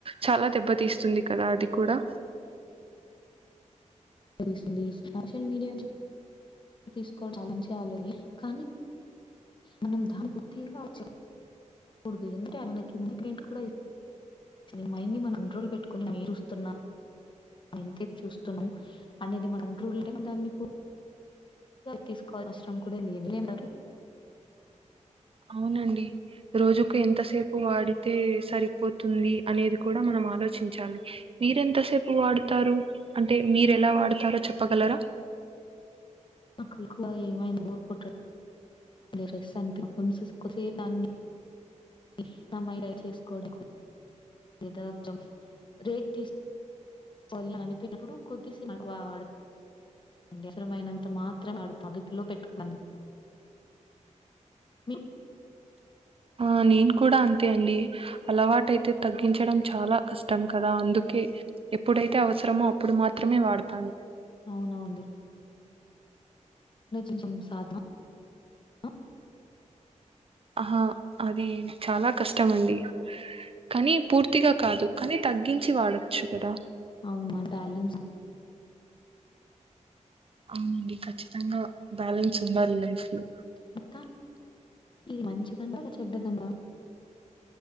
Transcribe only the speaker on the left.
తెస్తుంది సోషల్ మీడియా తీసుకోవ అలం చేయాలని కానీ మనం దాని పూర్తిగా చ్చకూడదు ఎందుంటే మన కింది ఇండిపెంట్ కూడా ఇ నీ మైండ్ ని మన కంట్రోలు పెట్టుకొని మీ చూస్తున్నా ఎంతే చూస్తును అనేది మన కంట్రోల్ దాన్ని తీసుకోవాల్సిన అవసరం కూడా లేదు
నాకుకు ఎక్కువ ఎం ఐనా బోర్ కొట్టడం <unintelligible> ఇస్తా మైండ్ డైవర్ట్ చేసుకోవడం లేదా కొంచం బ్రేక్ తీసు ఫల్ల అనిపినప్పుడు కొద్దిసె వ వాడత అంటే అవసరమైనంత మాత్రం వాడుత ఆదుపులో పెట్టుకును. మి
అవునవండి <inaudible> సాధమ అ
అవును మన బ్యాలెన్స్
మొత్తానికి ఇది మంచిదండా లేదా చెడ్డదండా